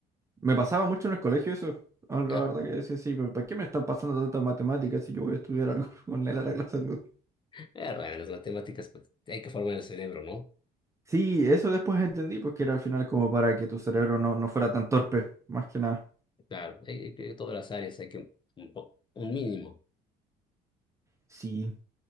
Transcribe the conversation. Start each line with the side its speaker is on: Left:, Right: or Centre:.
Right: Me pasaba mucho en el colegio eso. Ah, La
Left: Ah,
Right: verdad que decía, sí, pero ¿para qué me están pasando tantas matemáticas si yo voy a estudiar algo <laughs> con la, la, la salud?
Left: pero bueno, las matemáticas, pues hay que formar el cerebro, ¿no?
Right: Sí, eso después entendí, pues que era al final como para que tu cerebro no, no fuera tan torpe, más que nada.
Left: Claro, hay, hay que- todas las áreas hay que un, po- un mínimo.
Right: Sí.